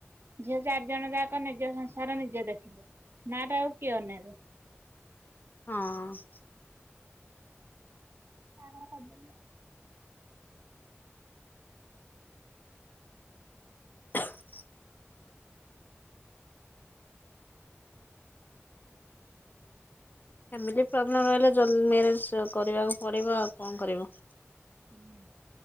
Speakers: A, on the right; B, on the left.
A: ଝିଅ ଚାରିଜଣ ଯାକ ନିଜ ସଂସାର ନିଜ ଦେଖିବେ। ନା ଟା ଆଉ କିଏ ନେବ?
B: ହଁ।
A: ଆ କରିଦ।
B: <inaudible> ଫ୍ୟାମିଲି ପ୍ରୋବ୍ଲେମ୍ ରହିଲେ ଜଲଦି ମ୍ୟାରେଜ କରିବାକୁ ପଡ଼ିବ ଆଉ କଣ କରିବ।
A: ହୁଁ